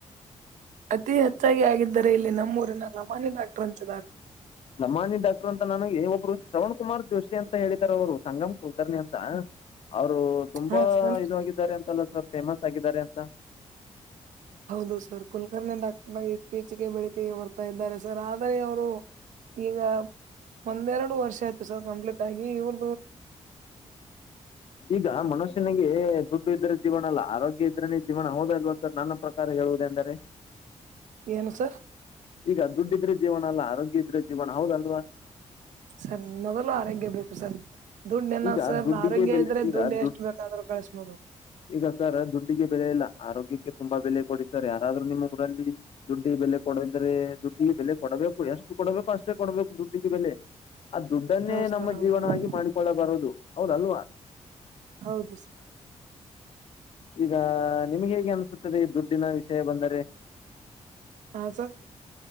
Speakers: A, on the right (about 85°); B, on the left (about 50°).
A: ಅತಿ ಹೆಚ್ಚಾಗಿ ಆಗರೆ ಇಲ್ಲಿ ನಮ್ಮ ಊರಿನ ರಮಾನಿ ಡಾಕ್ಟರ್ ಅಂತ
B: ನಮಾನಿ ಡಾಕ್ಟರ್ ಅಂತ ನನು ಒಬ್ರು ಶ್ರವಣ ಕುಮಾರ್ ಜೋಶಿ ಅಂತ ಹೇಳಿದ್ದಾರೆ ಅವರು ಸಂಗಮ್ ಕುಲ್ಕರ್ಣಿ ಅಂತ ಅವರು ತುಂಬಾ
A: ಹಾ ಸರ್
B: ಇದಾಗಿದ್ದಾರೆ ಅಂತಲ್ಲ ಸರ್ ಫೇಮಸ್ ಆಗಿದ್ದಾರೆ ಅಂತ
A: ಹೌದು ಸರ್ ಕುಲ್ಕರ್ಣೆ ಡಾಕ್ಟ ಇತ್ತೀಚೆಗೆ ಬೆಳಿೆಗೆ ಬರ್ತಾ ಇದ್ದಾರೆ ಸರ್ ಆದರೆ ಅವರು ಈಗ ಒಂದೆರಡು ವರ್ಷ ಆಯ್ತು ಸರ್ ಕಂಪ್ಲೀಟ್ ಆಗಿ ಇವ್ರ
B: ಈಗ ಮನುಷ್ಯನಿಗೆ ದುಡ್ಬ ಇದ್ದರೆ ಜೀವನಲ್ಲ ಆರೋಗ್ಯ ಇದ್ರ ನೀ ಜೀವನ ಹೌದಲ್ವಾ ಸರ್ ನನ್ನ ಪ್ರಕಾರ ಹೇಳುವುದು ಎಂದರೆ
A: ಏನು ಸರ್
B: ಈಗ ದುಡ್ಡಿದ್ರೆ ಜೀವನ ಅಲ್ಲ ಆರೋಗ್ಯ ಇದ್ರೆ ಜೀವನ ಹೌದಲ್ವಾ
A: ಸರ್ ನಗಲು ಆರೋಗ್ಯ ಬೇಕು ಸರ್ ದುಂಡ್ ಏನ
B: ಈಗ
A: ಸರ್
B: ದುಡ್ಡಿಗೆ
A: ಆರೋಗ್ಯ
B: ಬೆಲೆ
A: ಇದ್ರೆ
B: ಈಗ
A: ದುಂಡ್
B: ದುಡ್ಡು
A: ಎಷ್ಟು ಬೇಕಾದ್ರೂ ಕಳ್ಿಸಬೋದು
B: ಈಗ ಸರ್ ದುಡ್ಡಿಗೆ ಬೆಲೆ ಇಲ್ಲ ಆರೋಗ್ಯಕ್ಕೆ ತುಂಬಾ ಬೆಲೆ ಕೊಡಿ ಸರ್ ಯಾರಾದ್ರೂ ನಿಮ್ಮ ಊರಲ್ಲಿ ದುಡ್ಡಿಗೆ ಬೆಲೆ ಕೊ ಕೊದ್ರೆ ದುಡ್ಡಿಗೆ ಬೆಲೆ ಕೊಡಬೇಕು ಎಷ್ಟು ಕೊಡಬೇಕು ಅಷ್ಟೇ ಕೊಡಬೇಕು ದುಡ್ಡಿಗೆ ಬೆಲೆ. ಆ ದುಡ್ಡನ್ನೇ
A: ಹೌದು
B: ನಮ್ಮ
A: ಸರ್ ಹೌದು
B: ಜೀವನವಾಗಿ
A: ಹೌದು
B: ಮಾಡಿಕೊಳ್ಳ ಬಾ ರುದು ಹೌದಲ್ವಾ.
A: ಹೌದು ಸರ್.
B: ಈಗ ನಿಮ್ಗೆ ಹೇಗೆ ಅನ್ಸುತ್ತದೆ ದುಡ್ಡ್ ದಿನ ವಿಷಯ ಬಂದರೆ.
A: ಹಾ ಸರ್